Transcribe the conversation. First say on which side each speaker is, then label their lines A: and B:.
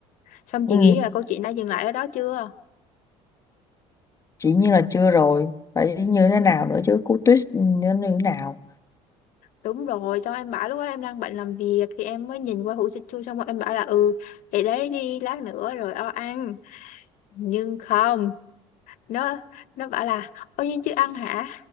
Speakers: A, on the left; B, on the left.
A: xong
B: ừ.
A: chị nghĩ là câu chuyện đã dừng lại ở đó chưa
B: chỉ như là chưa rồi phải như thế nào nữa chứ cú twist như thế nào
A: đúng rồi xong em bảo lúc đó em đang bận làm việc thì em mới nhìn qua hũ sữa chua xong rồi em bảo là ừ để đấy đi lát nữa rồi o ăn nhưng không nó nó bảo là ôi nhưng chưa ăn hả